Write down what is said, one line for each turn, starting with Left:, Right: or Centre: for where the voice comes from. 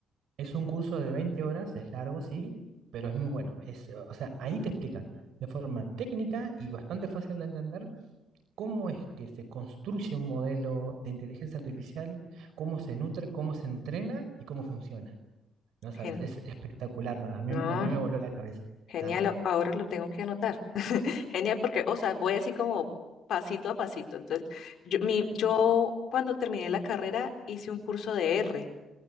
Right: Es un curso de 20 horas, es largo, sí, pero es muy bueno. Es, eh, o sea, ahí te explican de forma técnica y bastante fácil de entender cómo es que se construye un modelo de inteligencia artificial, cómo se nutre, cómo se entrena y cómo funciona. No sabes,
Left: gen-
Right: es espectacular, ¿no? A mí,
Left: no,
Right: a mí me voló la cabeza. Está.
Left: genial, a- ahora lo tengo que anotar. Genial, porque, o sea, voy así como pasito a pasito. Entonces, yo, mi, yo cuando terminé la carrera hice un curso de R.